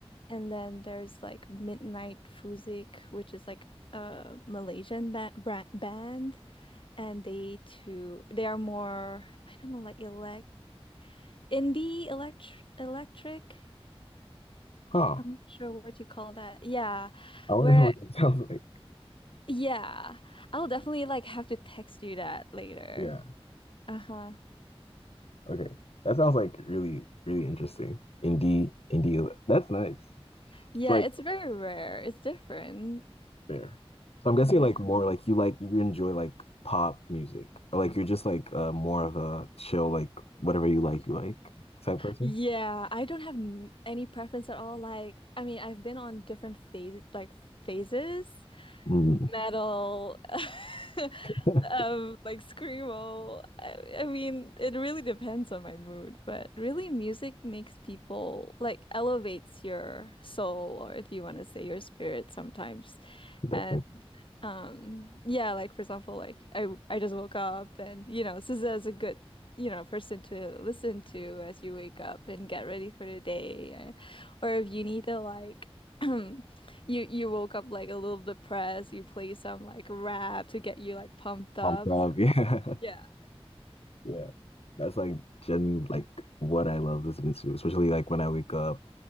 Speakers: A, on the left; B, on the left.
A: and then there's like Midnight Fuzik, which is like a Malaysian ba bra band, and they too they are more I don't know like elect indie elect electric.
B: Huh.
A: I'm not sure what you call that. Yeah.
B: I wonder
A: Where
B: what that sounds like.
A: Yeah, I'll definitely like have to text you that later.
B: Yeah.
A: Uh-huh.
B: Okay. That sounds like really, really interesting. Indie, indie. That's nice.
A: Yeah,
B: It's like
A: it's very rare. It's different.
B: fair. So I'm guessing
A: Yeah.
B: like more like you like you enjoy like pop music or like you're just like uh more of a chill like whatever you like you like type person.
A: Yeah, I don't have n any preference at all. Like, I mean, I've been on different phase like phases,
B: Mm,
A: metal, <laughs>
B: <laughs>
A: um, like screamo. I, I mean, it really depends on my mood, but really music makes people like elevates your soul or if you want to say your spirit sometimes.
B: definitely.
A: And Um, yeah, like for example, like I I just woke up and you know, SZA is a good, you know, person to listen to as you wake up and get ready for the day and or if you need to like <clears throat> you you woke up like a little depressed, you play some like rap to get you like pumped up.
B: Pumped up. <laughs> Yeah.
A: Yeah.
B: Yeah. That's like genuinely like what I love listening to, especially like when I wake up,